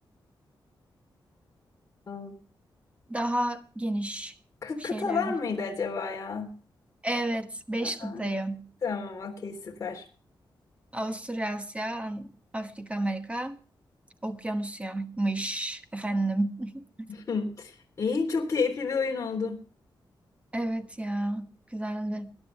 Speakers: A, on the left; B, on the right.
A: Aa,
B: Daha geniş
A: kı-
B: şeyler.
A: Kıtalar mıydı acaba ya?
B: Evet, beş
A: Aa,
B: kıtayı.
A: tamam okey süper.
B: Avusturya, Asya, Afrika, Amerika. Okyanusya'mış efendim. <laughs>
A: <laughs> İyi çok keyifli bir oyun oldu.
B: Evet ya güzeldi.